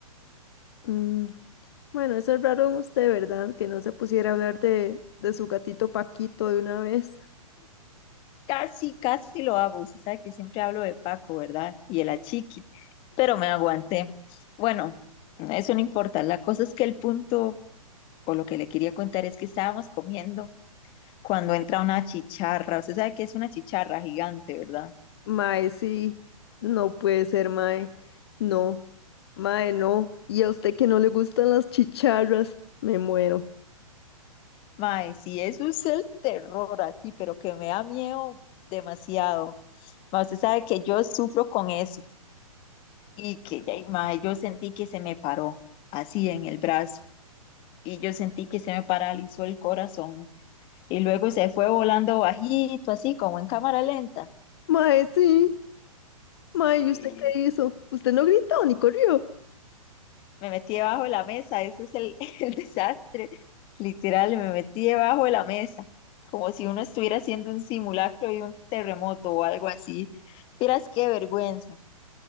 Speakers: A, on the left; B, on the left.
A: Mm, bueno, eso es raro en usted, ¿verdad? Que no se pusiera a hablar de, de su gatito Paquito de una vez.
B: casi, casi lo hago. Usted sabe que siempre hablo de Paco, ¿verdad? Y el achiqui, pero me aguanté. Bueno, eso no importa. La cosa es que el punto, o lo que le quería contar, es que estábamos comiendo cuando entra una chicharra. Usted sabe que es una chicharra gigante, ¿verdad?
A: Mae, sí. No puede ser, mae. No. Mae, no. Y a usted que no le gustan las chicharras, me muero.
B: Mae, sí, eso es el terror aquí, pero que me da miedo demasiado. Mae, usted sabe que yo sufro con eso y que, ya, mae, yo sentí que se me paró así en el brazo. y yo sentí que se me paralizó el corazón y luego se fue volando bajito, así como en cámara lenta.
A: Mae, sí. May,
B: Sí,
A: ¿y usted qué hizo? Usted no gritó ni corrió.
B: me metí debajo de la mesa, ese es el, <laughs> el desastre, literal, me metí debajo de la mesa, como si uno estuviera haciendo un simulacro de un terremoto o algo así. Miras qué vergüenza.